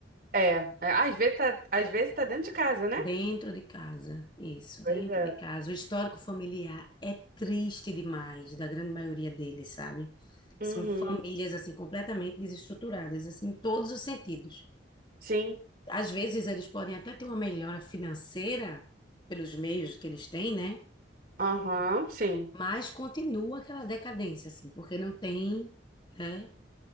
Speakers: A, on the right; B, on the left.
A: É, é, às vezes tá, às vezes tá dentro de casa, né?
B: Dentro de casa, isso,
A: Pois
B: dentro
A: é.
B: de casa. O histórico familiar é triste demais, da grande maioria deles, sabe? São
A: Uhum.
B: famílias assim completamente desestruturadas, assim, em todos os sentidos.
A: Sim.
B: Às vezes eles podem até ter uma melhora financeira pelos meios que eles têm, né?
A: Aham, sim.
B: Mas continua aquela decadência, assim, porque não tem, né?